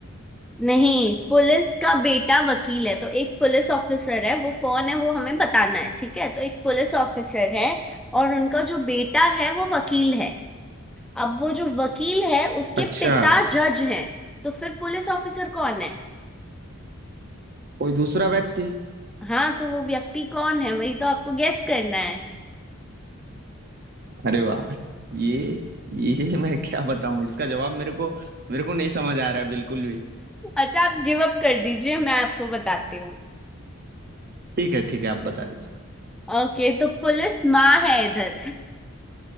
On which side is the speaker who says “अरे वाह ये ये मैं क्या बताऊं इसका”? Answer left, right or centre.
Right